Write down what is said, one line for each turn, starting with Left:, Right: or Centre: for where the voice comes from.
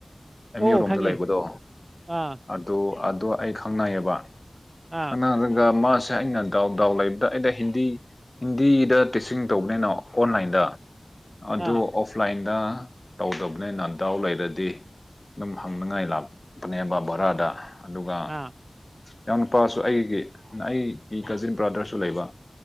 Left: ꯑꯦꯝ
Right: ꯑꯣ
Left: ꯌꯨ ꯔꯣꯝꯗ
Right: ꯈꯪꯉꯦ
Left: ꯂꯩꯕꯗꯣ
Right: ꯑꯥ
Left: ꯑꯗꯨ ꯑꯗꯨ ꯑꯩ ꯈꯪꯅꯩꯌꯦꯕ
Right: ꯑꯥ
Left: ꯑꯉꯒ ꯃꯥ ꯁꯦ ꯑꯩꯅ ꯗꯥꯎ ꯗꯥꯎ ꯂꯩꯕꯗ ꯑꯩꯩꯅ ꯍꯤꯟꯗꯤ ꯍꯤꯟꯗꯤꯗ ꯇꯧꯕꯅꯤꯅ ꯑꯣꯟꯂꯥꯏꯟꯗ ꯑꯗꯨ
Right: ꯑꯥ
Left: ꯑꯣꯐꯂꯥꯏꯟ ꯅ ꯇꯧꯗꯕꯅꯦ ꯅꯥꯟꯗꯥꯎ ꯂꯩꯔꯗꯤ ꯑꯗꯨꯝ ꯍꯪꯅꯉꯥꯏ ꯂꯥꯛꯄꯅꯦꯕ ꯕꯔꯥꯗ ꯑꯗꯨꯒ
Right: ꯑꯥ
Left: ꯏꯎꯅꯨꯄꯥꯁꯨ ꯑꯩꯒꯤ ꯑꯩꯒꯤ ꯀꯖꯤꯟ ꯕ꯭ꯔꯗꯔꯁꯨ ꯂꯩꯕ